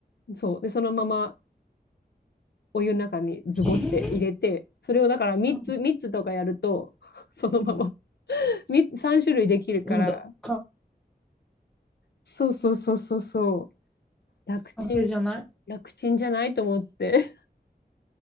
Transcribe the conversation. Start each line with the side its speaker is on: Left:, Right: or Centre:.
Left: そう。で、そのままお湯の中にズボって入れて、
Centre: え
Left: それをだから3つ、
Centre: ー、
Left: 3つとかやると、そのまま
Centre: うん、
Left: 3つ、種類できるから、
Centre: もうだ、完
Left: そうそうそうそうそう、楽ちん、
Centre: 成じゃな
Left: 楽ちんじゃないと思って。